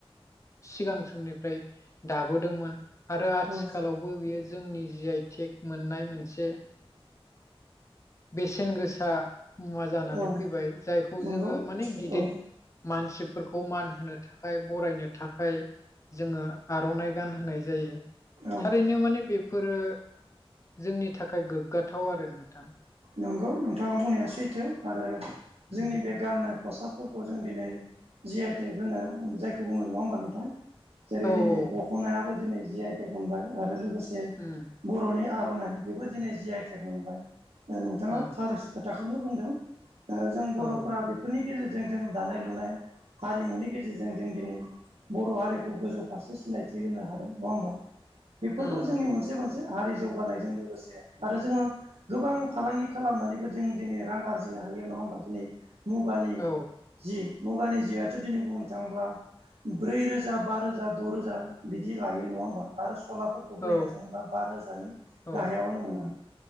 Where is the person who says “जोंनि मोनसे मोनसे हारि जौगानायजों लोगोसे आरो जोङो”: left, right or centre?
Right